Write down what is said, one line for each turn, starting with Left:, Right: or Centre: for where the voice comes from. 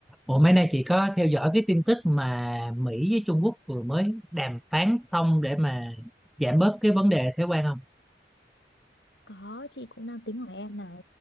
Centre: Ủa mấy nay chị có theo dõi cái tin tức mà Mỹ với Trung Quốc vừa mới đàm phán xong để mà giảm bớt cái vấn đề thuế quan không?
Left: Có, chị cũng đang tính hỏi em này.